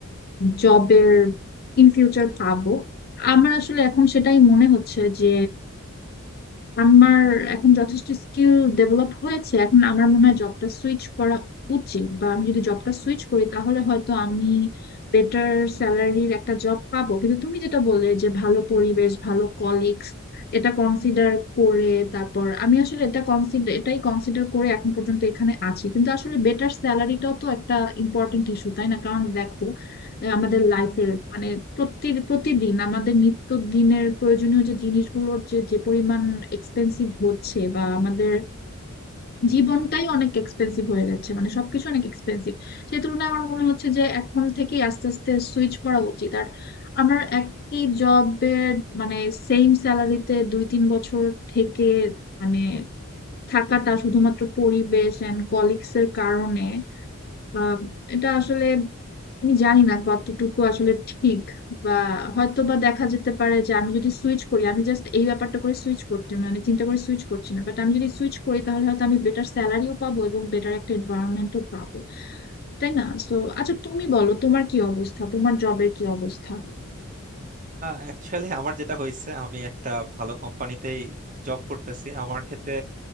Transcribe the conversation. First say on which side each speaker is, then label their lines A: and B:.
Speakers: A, on the left; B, on the right.
A: জবের ইন ফিউচার পাবো আমার আসলে এখন সেটাই মনে হচ্ছে যে আমার এখন যথেষ্ট স্কিল ডেভেলপ হয়েছে এখন আমার মনে হয় জবটা সুইচ করা উচিত বা আমি যদি জবটা সুইচ করি তাহলে হয়তো আমি বেটার স্যালারির একটা জব পাবো কিন্তু তুমি যেটা বললে যে ভালো পরিবেশ ভালো কলিগস এটা কনসিডার করে তারপর আমি আসলে এটা কনসিডার এটাই কনসিডার করে এখন পর্যন্ত এখানে আছি কিন্তু আসলে বেটার স্যালারিটাও তো একটা ইম্পর্টেন্ট ইস্যু তাই না কারণ দেখো আমাদের লাইফের মানে প্রতি প্রতিদিন আমাদের নিত্য দিনের প্রয়োজনীয় যে জিনিসগুলোর যে যে পরিমাণ এক্সপেন্সিভ হচ্ছে বা আমাদের জীবনটাই অনেক এক্সপেন্সিভ হয়ে যাচ্ছে মানে সবকিছু অনেক এক্সপেন্সিভ সেই তুলনায় আমার মনে হচ্ছে যে এখন থেকে আস্তে আস্তে সুইচ করা উচিত আর আমার একই জবের মানে সেম স্যালারিতে দুই তিন বছর থেকে মানে থাকাটা শুধুমাত্র পরিবেশ এন্ড কলিগস এর কারণে আহ, এটা আসলে আমি জানি না কতটুকু আসলে ঠিক বা হয়তো বা দেখা যেতে পারে যে আমি যদি সুইচ করি আমি জাস্ট এই ব্যাপারটা করে সুইচ করতে মানে চিন্তা করে সুইচ করছি না বাট আমি যদি সুইচ করি তাহলে হয়তো আমি বেটার স্যালারিও পাবো এবং বেটার একটা এনভায়রনমেন্টও পাবো তাই না সো আচ্ছা তুমি বলো তোমার কি অবস্থা তোমার জবের কি অবস্থা
B: অ্যাকচুয়ালি <laughs> আমার যেটা হয়েছে আমি একটা ভালো কোম্পানিতেই জব করতেছি আমার ক্ষেত্রে